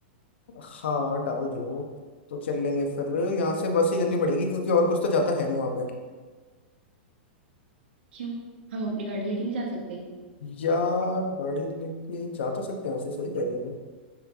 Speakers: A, on the left (about 75°); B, on the right (about 75°).
A: हाँ डाल दियो तो चल लेंगे फिर यहाँ से बस ही करनी पड़ेगी क्योंकि और कुछ तो जाता है नहीं वहां पे
B: क्यों हम अपनी गाड़ी लेके नहीं जा सकते
A: यार गाड़ी लेके जा तो सकते हैं वैसे सही कह रही है